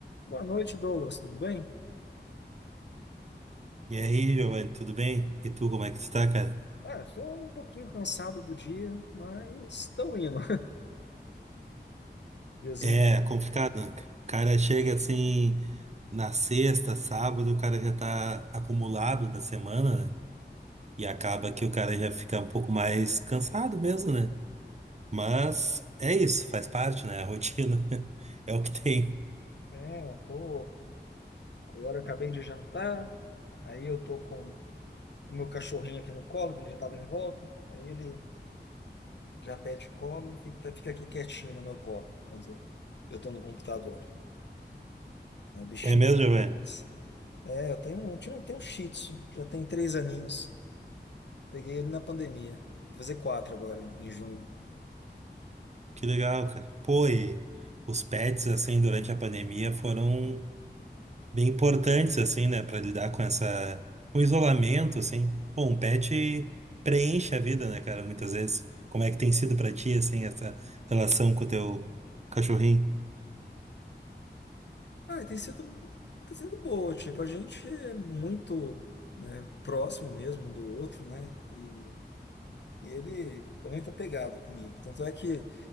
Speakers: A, on the left (about 70°); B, on the right (about 40°).
A: Boa noite, Douglas. Tudo bem?
B: E aí, Giovanni, tudo bem? E tu, como é que tu tá, cara?
A: Ah, tô um pouquinho cansado do dia, mas estou indo. <laughs> Diazinho,
B: É complicado, né? O cara chega assim na sexta, sábado, o cara já tá acumulado da semana, né? E acaba que o cara já fica um pouco mais cansado mesmo, né? Mas é isso, faz parte, né? A rotina <laughs> é o que tem.
A: né? é, eu tô. Agora eu acabei de jantar, aí eu tô com o meu cachorrinho aqui no colo, que ele já estava em volta. Aí ele já pede colo e fica, fica aqui quietinho no meu colo, quando eu tô no computador. É, bichinho.
B: É mesmo, Giovanni?
A: mas- É, eu tenho um, tinha um- tenho um Shih Tzu, já tem três aninhos. Peguei ele na pandemia. Vou fazer quatro agora, em em junho.
B: Que legal, cara. Pô, e os pets, assim, durante a pandemia foram. bem importantes, assim, né, para lidar com essa, com o isolamento, assim. Pô, um pet preenche a vida, né, cara, muitas vezes. Como é que tem sido pra ti, assim, essa relação com o teu cachorrinho?
A: Ah, tem sido, tá sendo boa, tipo, a gente é muito, né, próximo mesmo um do outro, né, e ele é muito apegado comigo, tanto é que